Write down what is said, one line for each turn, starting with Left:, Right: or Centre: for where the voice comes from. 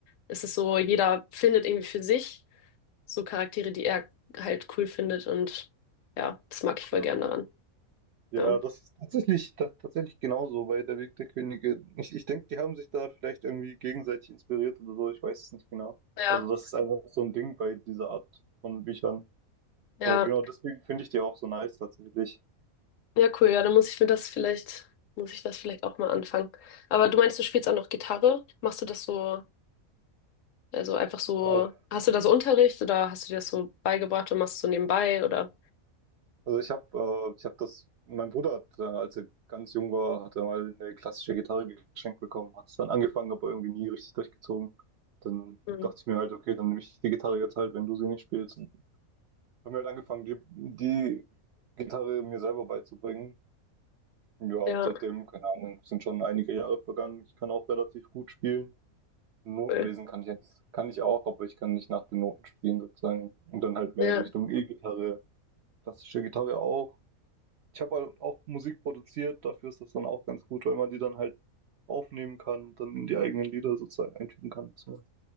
Left: es ist so, jeder findet irgendwie für sich so Charaktere, die er halt cool findet und ja, das mag ich voll
Right: Ja.
Left: gern daran.
Right: Ja,
Left: Ja.
Right: das ist tatsächlich, ta- tatsächlich genauso bei Der Weg der Könige. Ich, ich denke, die haben sich da vielleicht irgendwie gegenseitig inspiriert oder so, ich weiß es nicht genau.
Left: Ja,
Right: Also das ist einfach so ein Ding bei dieser Art von Büchern.
Left: Ja,
Right: Aber genau deswegen finde ich die auch so nice tatsächlich.
Left: ja, cool, ja, dann muss ich mir das vielleicht, muss ich das vielleicht auch mal anfangen. Aber du meinst, du spielst auch noch Gitarre? Machst du das so, also einfach so,
Right: Äh,
Left: hast du da so Unterricht oder hast du dir das so beigebracht und machst es so nebenbei oder?
Right: Also ich habe äh, ich hab das, mein Bruder hat, äh, als er ganz jung war, hat er mal eine klassische Gitarre geschenkt bekommen, hat es dann angefangen, aber irgendwie nie richtig durchgezogen. Dann
Left: Mhm.
Right: dachte ich mir halt, okay, dann nehme ich die Gitarre jetzt halt, wenn du sie nicht spielst. Und haben wir halt angefangen, die, die Gitarre mir selber beizubringen. Ja, und
Left: Ja,
Right: seitdem, keine Ahnung, sind schon einige Jahre vergangen. Ich kann auch relativ gut spielen. Noten
Left: cool.
Right: lesen kann ich jetzt, kann ich auch, aber ich kann nicht nach den Noten spielen sozusagen. Und dann halt mehr
Left: Ja.
Right: in Richtung E-Gitarre, klassische Gitarre auch. Ich habe halt auch Musik produziert, dafür ist das dann auch ganz gut, weil man die dann halt aufnehmen kann und dann in die eigenen Lieder sozusagen einfügen kann. So.